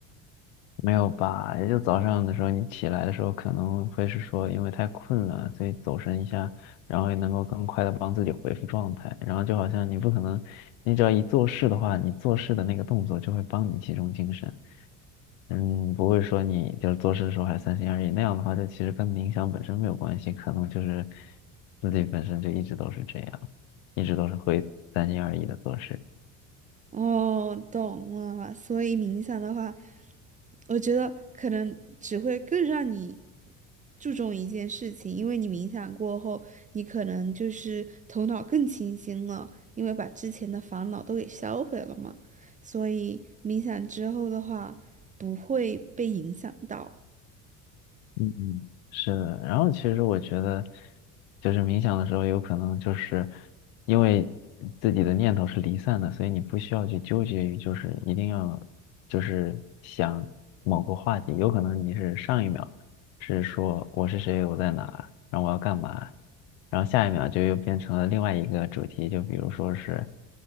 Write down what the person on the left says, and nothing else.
没有吧？也就早上的时候，你起来的时候可能会是说因为太困了，所以走神一下，然后也能够更快的帮自己恢复状态。然后就好像你不可能，你只要一做事的话，你做事的那个动作就会帮你集中精神。嗯，不会说你就是做事的时候还三心二意，那样的话，就其实跟冥想本身没有关系，可能就是自己本身就一直都是这样，一直都是会三心二意的做事。
嗯嗯，是的。然后其实我觉得，就是冥想的时候，有可能就是因为自己的念头是离散的，所以你不需要去纠结于就是一定要就是想某个话题。有可能你是上一秒是说我是谁，我在哪，然后我要干嘛，然后下一秒就又变成了另外一个主题，就比如说是